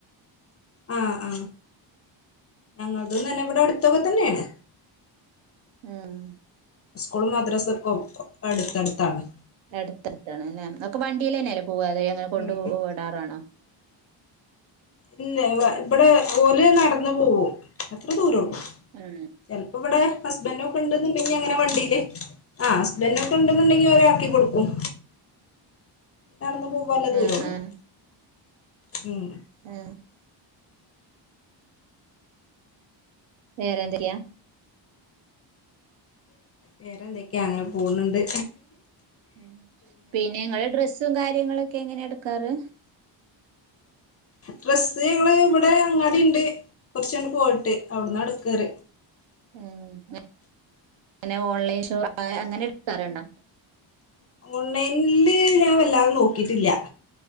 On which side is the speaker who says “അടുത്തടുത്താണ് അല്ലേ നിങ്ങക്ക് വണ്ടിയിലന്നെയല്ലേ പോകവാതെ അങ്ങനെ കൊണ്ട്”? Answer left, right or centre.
Right